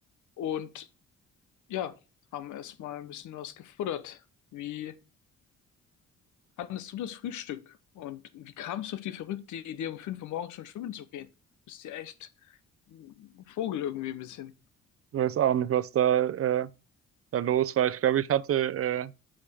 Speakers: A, on the left; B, on the right.
A: und ja, haben erstmal ein bisschen was gefuttert. Wie fandest du das Frühstück? Und wie kamst du auf die verrückte Idee, um 5 Uhr morgens schon schwimmen zu gehen? Bist ja echt ein Vogel irgendwie ein bisschen.
B: Ich weiß auch nicht, was da, äh, da los war. Ich glaube, ich hatte, äh,